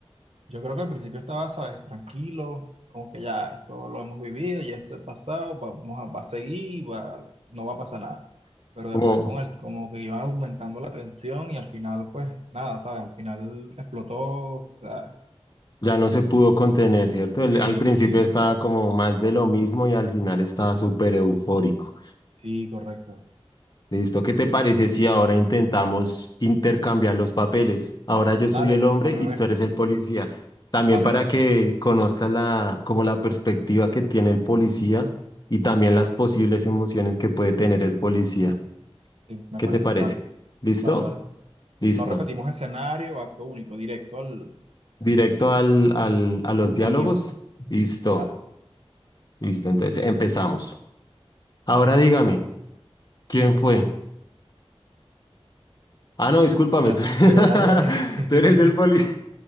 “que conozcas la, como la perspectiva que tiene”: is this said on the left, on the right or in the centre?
Left